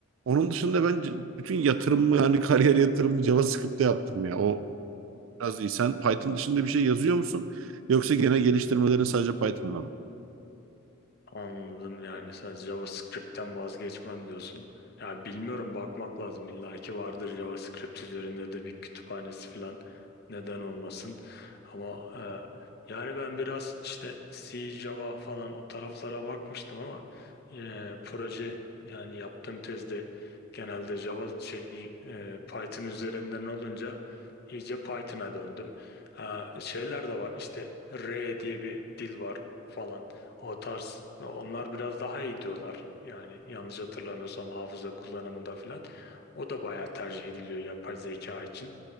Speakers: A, on the right (about 75°); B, on the left (about 50°).
A: Onun dışında ben c- bütün yatırımımı yani <laughs> kariyer yatırımı JavaScript'te yaptım ya. O biraz iyi. Sen Python dışında bir şey yazıyor musun? Yoksa gene geliştirmelerin sadece Python'da mı?
B: Anladım yani sen JavaScript'ten vazgeçmem diyorsun. Ya bilmiyorum bakmak lazım illa ki vardır JavaScript üzerinde de bir kütüphanesi falan neden olmasın. Ama e, yani ben biraz işte C, Java falan o taraflara bakmıştım ama e, proje yani yaptığım tezde genelde Java şey e, e, Python üzerinden olunca iyice Python'a döndüm. Ha, şeyler de var işte R diye bir dil var falan. O tarz. Onlar biraz daha iyi diyorlar. Yani yanlış hatırlamıyorsam hafıza kullanımında filan. O da bayağı tercih ediliyor yapay zeka için.